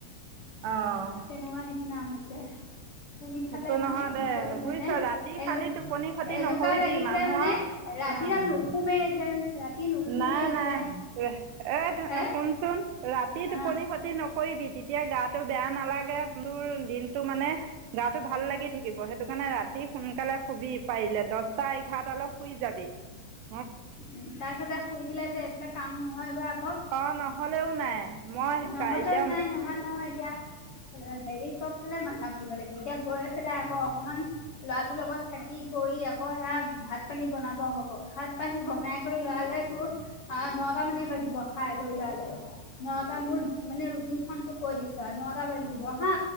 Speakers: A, on the right (about 75°); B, on the left (about 85°).
A: অঁ।
B: তেনেকুৱা নিচিনা হৈছে। কোনফালে
A: একো নহয়
B: মানে কি
A: দে
B: কৰি মানে
A: বুজিছ ৰাতি
B: এনে
A: খালি টোপনি খতি
B: এনেকুৱা
A: নকৰিবি
B: লাগিছে
A: মানুহৰ
B: মানে ৰাতিডাল
A: উম,
B: নুশুমে যেন। ৰাতি নুশুমে
A: নাই নাই,
B: যে
A: এহ এ
B: হে
A: শুনচোন ৰাতি
B: অ
A: টোপনি ক্ষতি নকৰিবি তি তিয়া গাটো বেয়া নালাগে। তোৰ দিনটো মানে গাটো ভাল লাগি থাকিব। সেইটো কাৰণে ৰাতি সোনকালে শুবি পাৰিলে দছটা এঘাৰটা লে শুই যাবি। <unintelligible>
B: উম তাৰ পিছতে শুই দিলে যে এইফালে কাম নহয়গৈ আকৌ।
A: অ নহলেও নাই। মই
B: নহ'লেও
A: কাই এতিয়া
B: নাই নহয় নহয় এতিয়া। হেৰি চব ফালে মাথা মাৰিব লাগিব, এতিয়া গৈ পেলাই আকৌ অকমান ল'ৰাটোৰ লগত থাকি কৰি আকৌ সেয়া ভাত-পানী বনাব হব। ভাত পানী বনাই কৰি লোৱালে তোৰ অ নটা মানে বাজিব খাই বৈ লোৱালে। নটা মোৰ মানে ৰুটিন খন তোক কৈ দিছো আ নটা বাজি দিব হা!